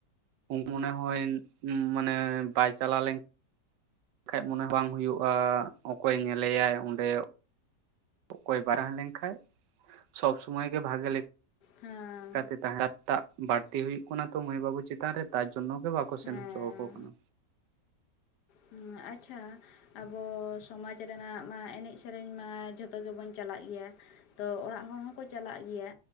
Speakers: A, on the right; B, on the left.
A: ᱢᱚᱱᱮ ᱦᱚ ᱢᱟᱱᱮ ᱵᱟᱭ ᱪᱟᱞᱟᱣ ᱞᱮᱱ ᱠᱷᱟᱡ ᱢᱚᱱᱮ ᱵᱟᱝ ᱦᱩᱭᱩᱜᱼᱟ ᱚᱠᱚᱭ ᱧᱮᱞᱮᱭᱟᱭ ᱚᱸᱰᱮ ᱚᱠᱚᱭ ᱵᱟᱭ ᱦᱮᱜ ᱞᱮᱱ ᱠᱷᱟᱡ ᱥᱚᱵ ᱥᱚᱢᱚᱭ ᱜᱮ ᱵᱷᱟᱜᱮ ᱞᱮ
B: ᱦᱮᱸ
A: <unintelligible> ᱵᱟᱹᱲᱛᱤ ᱦᱩᱭᱩᱜ ᱠᱟᱱᱟ ᱛᱚ ᱢᱟᱹᱭ ᱵᱟᱹᱵᱩ ᱪᱮᱛᱟᱱ ᱨᱮ ᱛᱟᱨ ᱡᱚᱱᱱᱚ ᱜᱮ ᱵᱟᱠᱚ
B: ᱦᱮᱸ
A: ᱥᱮᱱ ᱦᱚᱪᱚ ᱟᱠᱚ ᱠᱟᱱᱟ᱾
B: ᱦᱩ ᱟᱪᱪᱷᱟ ᱟᱵᱚ ᱥᱚᱢᱟᱡᱽ ᱨᱮᱱᱟᱜ ᱢᱟ ᱮᱱᱮᱡ ᱥᱮᱨᱮᱧ ᱢᱟ ᱡᱷᱚᱛᱚ ᱜᱮᱵᱚᱱ ᱪᱟᱞᱟᱜ ᱜᱮᱭᱟ᱾ ᱛᱚ ᱚᱲᱟᱜ ᱦᱚᱲ ᱦᱚᱸᱠᱚ ᱪᱟᱞᱟᱜ ᱜᱮᱭᱟ᱾